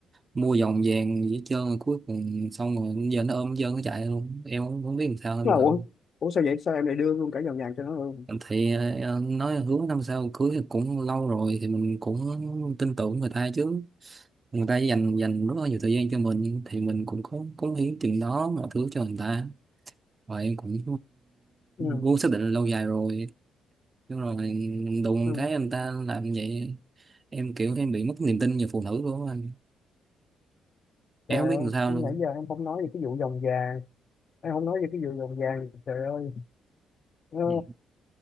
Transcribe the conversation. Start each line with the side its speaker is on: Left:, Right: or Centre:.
Right: mua vòng vàng với trơn rồi cuối cùng xong rồi giờ nó ôm hết trơn nó chạy luôn em cũng không biết làm sao anh
Left: tức là
Right: rồi
Left: ủa, ủa sao vậy? Sao em lại đưa luôn cả vòng vàng cho nó luôn?
Right: thì ờ, nói hứa năm sau cưới thì cũng lâu rồi thì mình cũng tin tưởng người ta chứ người ta dành dành rất là nhiều thời gian cho mình thì mình cũng có cống hiến chừng đó mọi thứ cho người ta và em cũng
Left: ừ
Right: muốn xác định là lâu dài rồi nhưng rồi đùng
Left: ừ
Right: cái anh ta làm như vậy em kiểu em bị mất niềm tin về phụ nữ luôn á anh em
Left: trời
Right: không biết
Left: ơi
Right: làm sao
Left: nãy
Right: luôn
Left: giờ em không nói về cái vụ vòng vàng em không nói về cái vụ vòng vàng trời ơi Ờ,
Right: thì em